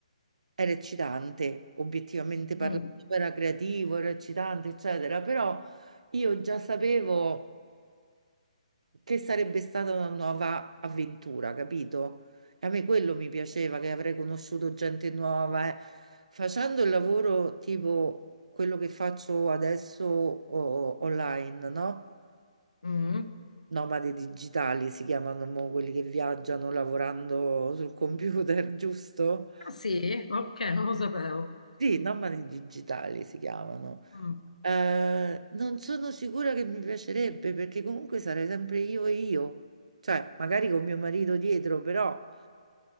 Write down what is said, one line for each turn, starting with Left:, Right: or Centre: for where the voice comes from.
Right: era eccitante, obiettivamente parlando,
Left: Mm,
Right: era creativo, era eccitante, eccetera, però io già sapevo che sarebbe stata una nuova avventura, capito? E a me quello mi piaceva, che avrei conosciuto gente nuova. eh. Facendo il lavoro tipo quello che faccio adesso o- online, no?
Left: mm.
Right: Nomadi digitali si chiamano mo quelli che viaggiano lavorando sul computer, <laughs> giusto?
Left: Ah sì? Ok, non lo sapevo.
Right: Sì, nomadi digitali si chiamano.
Left: Mm.
Right: Eh, non sono sicura che mi piacerebbe perché comunque sarei sempre io e io, cioè magari con mio marito dietro, però.